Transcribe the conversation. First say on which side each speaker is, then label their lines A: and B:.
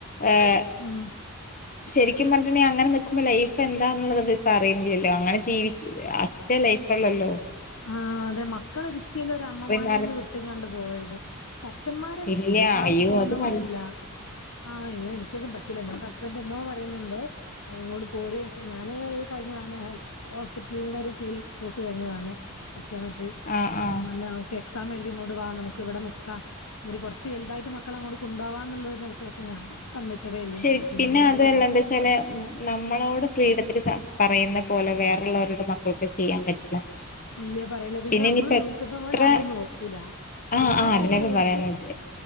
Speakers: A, on the left; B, on the left.
A: ഏഹ്
B: ഉം
A: <inaudible> ശരിക്കും പറഞ്ഞിട്ടുണ്ടെങ്കി അങ്ങനെ നിക്കുമ്പോ ലൈഫ് എന്താന്നുള്ളത് ഇവരിക്ക് അറിയണില്ലല്ലോ അങ്ങനെ ജീവിച്ച് ആ ഒറ്റ ലൈഫ് ഒള്ളല്ലോ
B: ആഹ് അതെ മക്കള് ഒരിയ്ക്കലും ഒര് അമ്മമാരേന്ന്
A: മാറി
B: വിട്ടും കണ്ട് പോകരുത് പ്പച്ഛൻന്മാര്
A: ഇല്ല
B: ആണ്
A: അയ്യോ
B: പോന്ന
A: അത് വ
B: പോലെല്ല ആഹ് അയ്യോ എനിക്കതും പറ്റുല ഇവിടെ ഹസ്ബൻറ്റ് എന്നോ പറയുന്നിണ്ടേ അഹ് ഇങ്ങോട് പോര് ഞാന് കഴിഞ്ഞ തവണ ഹെൽ ഹോസ്പിറ്റലിന്റെ ഒരു ഫീൽ കോഴ്സ് കഴിഞ്ഞതാണ് ഒക്‌റ്റോമെട്രി
A: ആഹ് ആഹ്
B: <unintelligible> അഹ് എക്സാം എഴുതി ഇങ്ങോട്ട് വാ നമുക്ക് ഇവിടെ നിക്കാ എന്നൊരു കൊറച്ച് വലുതായിട്ട് മക്കള അങ്ങോട്ട് കുണ്ടോവാന്നുള്ളൊരു സ്ഥലത്ത് പക്ഷെ ഞാൻ സമ്മതിച്ചതേ ഇല്ല
A: ശെരി
B: എനിക്ക് പറ്റൂല
A: പിന്നെ
B: എന്തായാലും
A: അതല്ല എന്താച്ചാല് നമ്മളോട് ഫ്രീഡത്തില് ത പറയുന്ന പോലെ വേറെള്ളവരോട് മക്കൾക്ക് ചെയ്യാൻ പറ്റില്ല
B: ഇല്ലേ പറയില്ല പിന്നെ നമ്മള്
A: ഇനിയിപ്പ
B: നോക്കുന്ന
A: എത്ര
B: പോലെ ആരും നോക്കൂലാ
A: ആഹ്
B: ആരായാലും
A: ആഹ് അതിനൊക്കെ
B: അവർക്ക്
A: പറയാന്നത്